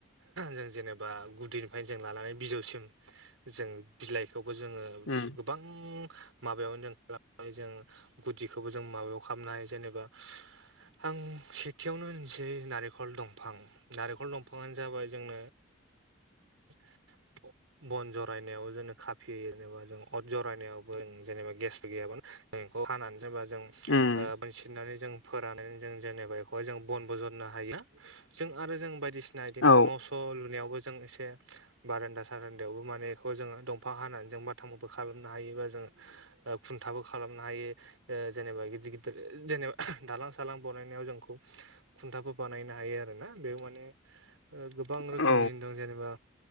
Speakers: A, on the right (about 90°); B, on the left (about 85°).
A: जों जेनेबा गुदिनिफ्रायनो जों लानानै बिजौसिम जों बिलाइखौबो जोंङो
B: उम
A: गोबां माबायावनो जों खालामनानै जों गुदिखौबो जों माबायाव खालामनो हायो जेनेबा आं सेथियावनो होनसै नारेंखल दंफां नारेंखल दंफाङानो जाबाय जोंना <inaudible> बन जरायनायावबो जोंनि खाफि होयो जेनेबा जों अर जरायनायावबो ज जेनेबा गेसफोर गैयाबा मखौ हानानै जेनेबा जों
B: उम
A: मोनसिनानै जों फोरनानै जों जेनेबा बेखौहाय जों बन बजननो हायो जों आरो जों बायदिसिना जाना
B: औ
A: बिदिनो न'स' लुनायावबो जों एसे बारान्दा सारान्दायावबो माने बेखौ जोंङो दंफां हानानै जों बाथामबो खालामनो हायोबा जोंङो ओ खुन्थाबो खालामनो हायो। जेनेबा गिदिर गिदिर जेनेबा दालां सालां बानायनायाव जोंखौ खुन्थाबो बानायनो हायो आरो ना बेयाव ओ माने गोबां रोखोमनि
B: औ
A: दं जेनेबा